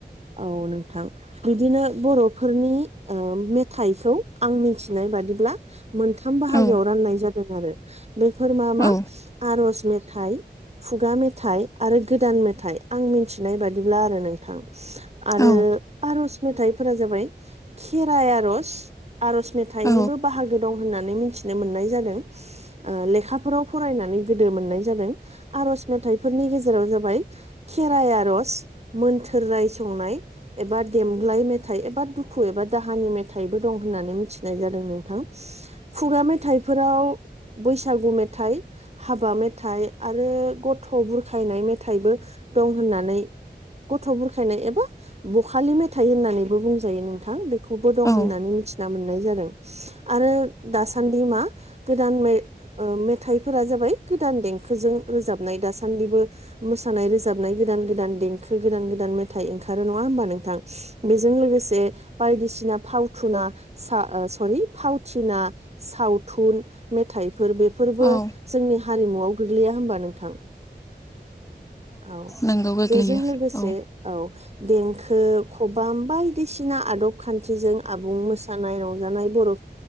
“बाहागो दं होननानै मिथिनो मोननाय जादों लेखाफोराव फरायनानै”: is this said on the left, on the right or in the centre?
Right